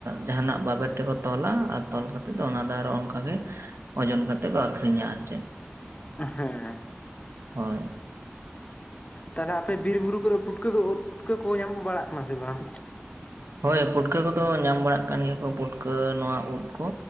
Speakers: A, on the right (about 85°); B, on the left (about 30°).
A: ᱡᱟᱦᱟᱱᱟᱜ ᱵᱟᱵᱮᱨ ᱛᱮᱠᱚ ᱛᱚᱞᱟ ᱟᱨ ᱛᱚᱞ ᱠᱟᱛᱮᱫ ᱚᱱᱟ ᱫᱚ ᱟᱨᱚ ᱚᱱᱠᱟ ᱜᱮ ᱳᱡᱳᱱ ᱠᱟᱛᱮᱫ ᱠᱚ ᱟᱠᱷᱨᱤᱧᱟ ᱟᱨ ᱪᱮᱫ
B: ᱦᱮᱸ
A: ᱦᱳᱭ
B: ᱛᱟᱦᱞᱮ ᱟᱯᱮ ᱵᱤᱨ ᱵᱩᱨᱩ ᱠᱚᱨᱮ ᱯᱩᱴᱠᱟᱹ ᱠᱚ ᱳᱫ ᱯᱩᱴᱠᱟᱹ ᱠᱚ ᱧᱟᱢ ᱵᱟᱲᱟᱜ ᱠᱟᱱᱟ ᱥᱮ ᱵᱟᱝ
A: ᱦᱳᱭ ᱯᱩᱴᱠᱟᱹ ᱠᱚᱫᱚ ᱧᱟᱢ ᱵᱟᱲᱟᱜ ᱠᱟᱱ ᱜᱮᱭᱟ ᱠᱚ ᱯᱩᱴᱠᱟᱹ ᱱᱚᱣᱟ ᱩᱫ ᱠᱚ